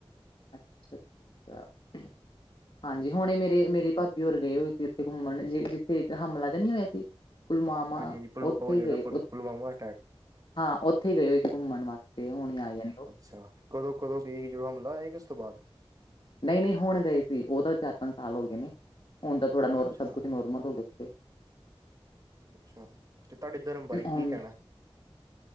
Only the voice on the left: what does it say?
<inaudible> ਹਾਂਜੀ ਹੁਨੇ ਮੇਰੇ-ਮੇਰੇ ਭਾਬੀ ਹੋਰ ਗਏ ਹੋਏ ਸੀ ਓਥੇ ਘੁੰਮਨ ਜ ਜਿੱਥੇ ਹਮਲਾ ਜਾ ਨੀ ਹੋਏਆ ਸੀ। ਪੁਲਵਾਮਾ
ਉੱਥੇ
ਗਏ
ਉ-
ਹਾਂ ਓਥੇ ਈ ਗਏ ਹੋਏ ਸੀ ਘੁੰਮਨ ਵਾਸਤੇ ਹੁਨੇ ਈ ਆਏ ਐ।
ਨਈਂ-ਨਈਂ ਹੁਨ ਗਏ ਸੀ ਓ ਤਾਂ ਚਾਰ ਪੰਜ ਸਾਲ ਹੋ ਗਏ ਨੇ। ਹੁਨ ਤਾਂ ਥੋੜਾ ਨੋਰਮਲ
ਸਬ ਕੁਛ ਨੋਰਮਲ ਹੋ ਗਿਆ ਓਥੇ।
ਹੁਣ